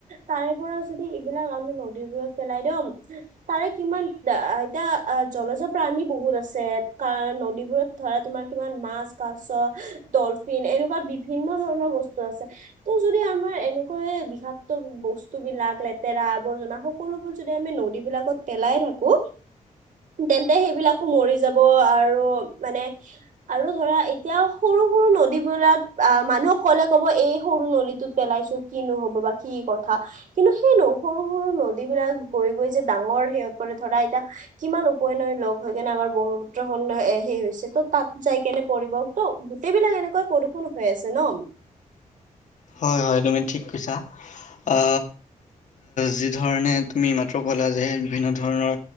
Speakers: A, on the right; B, on the left.
A: তাৰে পৰা যদি এইবিলাক আমি নদীবোৰত পেলাই দিও, তাৰে কিমান এতিয়া জলজ প্ৰাণী বহুত আছে, কাৰ নদীবোৰত ধৰা তোমাৰ কিমান মাছ, কাছ, ডলফিন এনেকুৱা বিভিন্ন ধৰণৰ বস্তু আছে, ত' যদি আমাৰ এনেকুৱায়ে বিষাক্ত বস্তু বিলাক লেতেৰা আৱৰ্জনা সকলোবোৰ যদি আমি নদীবিলাকত পেলাই থাকো তেন্তে সেইবিলাকো মৰি যাব আৰু মানে, আৰু ধৰা এতিয়া সৰু সৰু নদীবলাক, আহ মানুহক ক'লে কব এই সৰু নদীটোত পেলাইছো কিনো হ'ব বা কি কথা কিন্তু সেই নো সৰু সৰু নদীবলাক গৈ গৈ যে ডাঙৰ সিহঁত মানে ধৰা এতিয়া কিমান পই নৈ লগ হৈ কেনে আমাৰ ব্ৰহ্মপুত্ৰখন হেই হৈছে ত তাত যাই কেনে পৰিবটো গোটেইবিলাক এনেকুৱা প্ৰদূষণ হৈ আছে ন।
B: হয় হয় তুমি ঠিক কৈছা, আ যি ধৰণে তুমি মাত্ৰ ক'লা যে বিভিন্ন ধৰণৰ